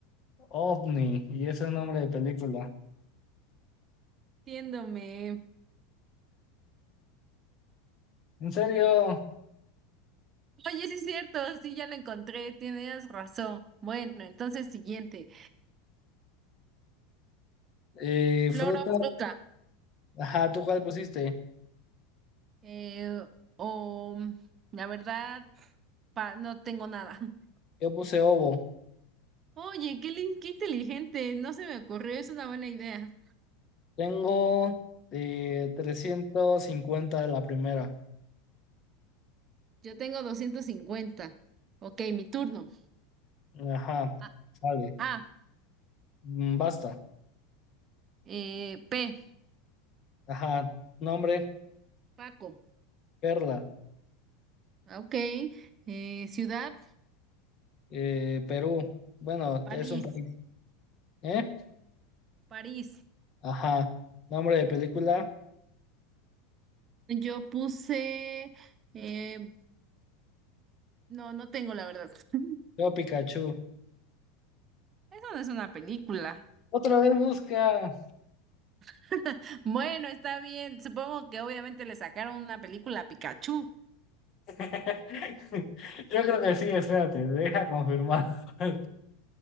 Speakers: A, on the left; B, on the right.
A: OVNI y ese es el nombre de película.
B: Entiéndome.
A: En serio,
B: Oye, sí es cierto, sí, ya lo encontré, tienes razón. Bueno, entonces siguiente.
A: eh,
B: Flor
A: fruta,
B: o fruta.
A: ajá, ¿tú cuál pusiste?
B: Eh, o la verdad, pa- no tengo nada. <laughs>
A: Yo puse ovo.
B: Oye, qué, lin- qué inteligente. No se me ocurrió. Es una buena idea.
A: Tengo eh, 350 de la primera.
B: Yo tengo 250. Ok, mi turno.
A: Ajá,
B: A,
A: sale.
B: A,
A: Mm, Basta.
B: eh, P.
A: Ajá, nombre,
B: Paco.
A: Perla,
B: Ah, Ok. eh, ciudad.
A: eh, Perú. Bueno,
B: París.
A: es un país. ¿Eh?
B: París.
A: Ajá, nombre de película,
B: Yo puse... eh, no, no tengo la verdad. <laughs>
A: yo Pikachu.
B: Eso no es una película.
A: Otra vez busca.
B: <laughs> Bueno, está bien. Supongo que obviamente le sacaron una película a Pikachu.
A: <laughs> Yo creo que sí, espérate, deja confirmar. <laughs>